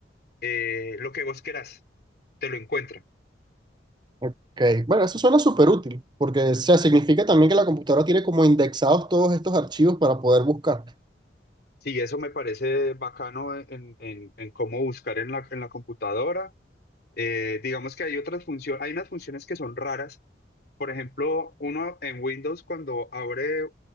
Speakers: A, on the left; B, on the right.
A: eh, lo que vos querás, te lo encuentra.
B: ok. Bueno, eso suena súper útil, porque o sea, significa también que la computadora tiene como indexados todos estos archivos para poder buscar.
A: Sí, eso me parece bacano en, en- en cómo buscar en la, en la computadora. Eh, digamos que hay otras funciones, hay unas funciones que son raras. Por ejemplo, uno en Windows cuando abre